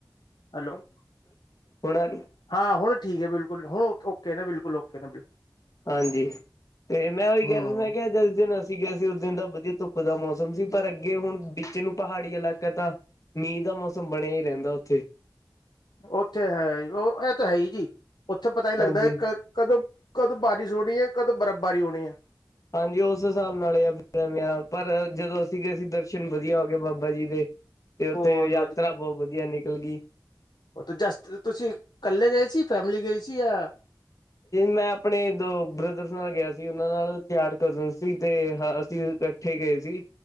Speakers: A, on the left; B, on the left.
A: ਹੈਲੋ
B: ਹੁਣ ਆ ਰੀ
A: ਹਾਂ ਹੁਣ ਠੀਕ ਏ ਬਿਲਕੁਲ ਹੁਣ ਓਕੇ ਨੇ ਬਿਲਕੁਲ ਓਕੇ ਨੇ ਬਿਲਕੁਲ
B: ਹਾਂਜੀ ਤੇ ਮੈਂ ੳਈ ਕੈ
A: ਹਮ
B: ਰੇਆ ਸਾਂ ਕੇ ਜਿਸ ਦਿਨ ਅਸੀ ਗਏ ਸੀ ੳਸ ਦਿਨ ਤਾਂ ਵਧੀਆ ਧੁੱਪ ਦਾ ਮੌਸਮ ਸੀ, ਪਰ ਅੱਗੇ ਹੁਣ ਵਿੱਚ ਨੂੰ ਪਹਾੜੀ ਇਲਾਕਾ ਤਾਂ ਮੀਂਹ ਦਾ ਮੌੌਸਮ ਬਨੇਆ ਈ ਰੈਂਦਾ ੳਥੇ।
A: ੳਥੇ ਹੈ ੳ ਐ ਤਾਂ ਹੈ ਈ ਜੀ। ੳਥੇ ਪਤਾ ਨੀ ਲੱਗਦਾ
B: ਹਾਂਜੀ
A: ਕਦੋਂ ਕਦੋਂ ਬਾਰਿਸ਼ ਹੋਨੀ ਏ ਕਦੋਂ ਬਰਫ਼ਬਾਰੀ ਹੋਨੀ ਏ।
B: ਹਾਂਜੀ ੳਸ ਹਿਸਾਬ ਨਾਲ ਏ ਆ ਫੇਰ ਆ ਪਰ ਜਦੋਂ ਅਸੀ ਗਏ ਸੀ, ਦਰਸ਼ਨ ਵਧੀਆ ਹੋ ਗਏ ਬਾਬਾ ਜੀ ਦੇ। ਤੇ
A: ਬਹੁਤ
B: ੳਥੇ ਯਾਤਰਾ ਬੋਤ ਵਧੀਆ ਨਿਕਲ ਡੀ।
A: ੳਹ ਤੇ ਜੇਸ ਤਰ ਤੁਸੀ ਕੱਲੇ ਗਏ ਸੀ, ਫੈਮਿਲੀ ਗਈ ਸੀ ਯਾ
B: ਮੈਂ ਅਪਨੇ ਦੋ ਬ੍ਰਦਰਸ ਨਾਲ ਗਿਆ ਸੀ ੳਨਾ ਨਾਲ ਚਾਰ ਕਜਨ ਸੀ ਤੇ ਅਸੀ ਕ ਕਿੱਥੇ ਗਏ ਸੀ